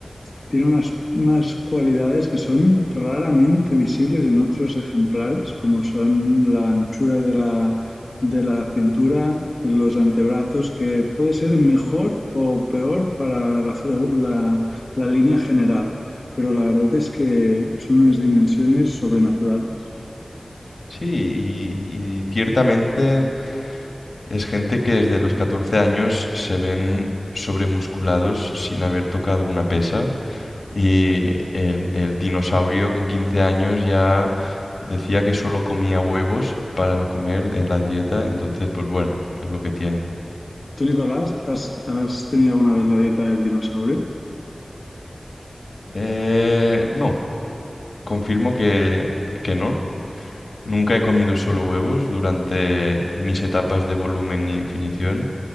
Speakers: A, on the left (about 50°); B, on the left (about 75°).
A: tiene unas, unas cualidades que son raramente visibles en otros ejemplares, como son la anchura de la, de la cintura, los antebrazos, que puede ser mejor o peor para la, figu- la, la línea general, pero la verdad es que son unas dimensiones sobrenaturales.
B: Sí, y, y ciertamente es gente que desde los 14 años se ven sobremusculados sin haber tocado una pesa Y el, el dinosaurio con 15 años ya decía que solo comía huevos para comer en la dieta, entonces pues bueno, es lo que tiene.
A: Tú, Nicolás, ¿has, has tenido alguna vez la dieta del dinosaurio?
B: Eh, no, confirmo que, que no. Nunca he comido solo huevos durante mis etapas de volumen y definición.